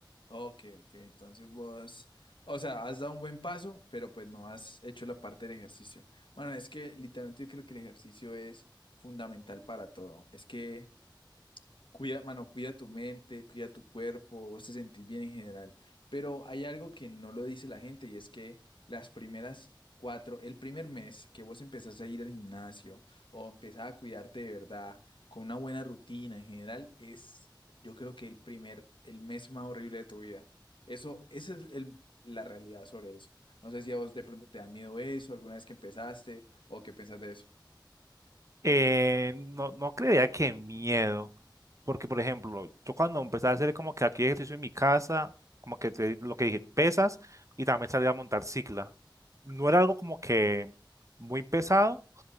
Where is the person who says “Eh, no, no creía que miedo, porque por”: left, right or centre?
Right